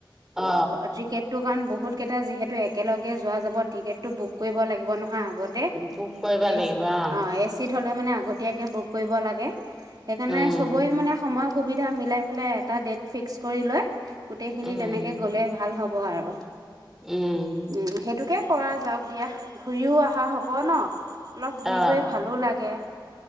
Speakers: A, in the centre; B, on the right (about 50°).
A: অ
B: ক্ৰিকেটটো। কাৰণ বহুত কেইটা যিহেতু একেলগে। যোৱা যাব টিকেটটো বুক কৰিব লাগিব নহয়। আগতে
A: বোক কৰিবা
B: এ
A: লাগিব অ।
B: এ চিত হ'লে মানে আগতীয়াকৈ বুক কৰিব লাগে। সেইকাৰণে
A: উম
B: চবৰে মানে সময়। সুবিধা মিলাই পেলাই এটা ডেট ফিক্স কৰি লয়। গোটেই খিনি
A: উম
B: তেনেকে গ'লে ভাল হ'ব। হ'ব আৰু
A: উম।
B: উম, সেইটোকে কৰা যাওঁক দিয়া ঘূৰিও অহা হ'ব ন? অলপ ঘূৰি
A: অ
B: কয়ি ভালো লাগে।